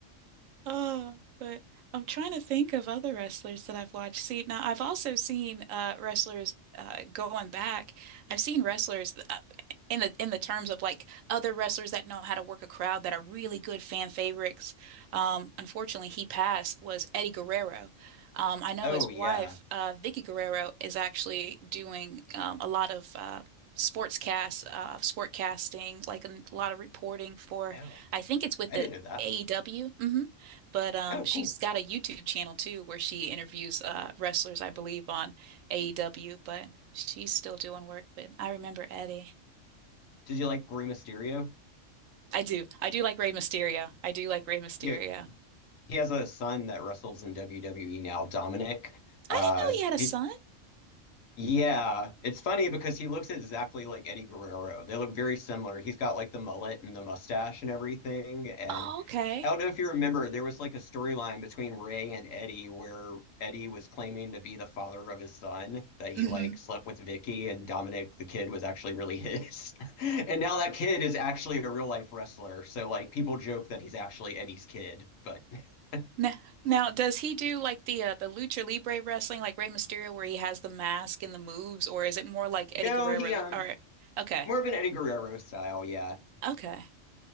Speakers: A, on the right; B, on the left.
A: Uh, but I'm trying to think of other wrestlers that I've watched. See, now I've also seen uh wrestlers uh going back. I've seen wrestlers uh, in the in the terms of like other wrestlers that know how to work a crowd that are really good fan favorites. Um, unfortunately, he passed was Eddie Guerrero. Um, I know
B: Oh
A: his
B: yeah.
A: wife, uh, Vicky Guerrero, is actually doing um, a lot of uh sportscast, uh, sport casting, like a lot of reporting for.
B: Oh,
A: I think it's with
B: I
A: the
B: didn't know that.
A: AEW. But um,
B: Oh,
A: she's
B: cool.
A: got a YouTube channel too where she interviews uh, wrestlers, I believe, on AEW, but she's still doing work. But I remember Eddie.
B: Did you like Rey Mysterio?
A: I do. I do like Rey Mysterio. I do like Rey Mysterio.
B: You, he has a son that wrestles in WWE now, Dominic. Uh,
A: I didn't know he had a
B: he
A: son.
B: Yeah, it's funny because he looks exactly like Eddie Guerrero. They look very similar. He's got like the mullet and the mustache and everything. And
A: Oh, okay.
B: I don't know if you remember, there was like a storyline between Ray and Eddie where Eddie was claiming to be the father of his son, that he
A: hmm
B: like slept with Vicky and Dominic the kid was actually really his. <laughs> And now that kid is actually a real life wrestler. So like people joke that he's actually Eddie's kid, but <laughs>
A: Now, now, does he do like the uh, the Lucha Libre wrestling, like Rey Mysterio, where he has the mask and the moves, or is it more like
B: no,
A: Eddie Guerrero?
B: he um
A: Or okay,
B: more of an Eddie Guerrero style, yeah.
A: okay.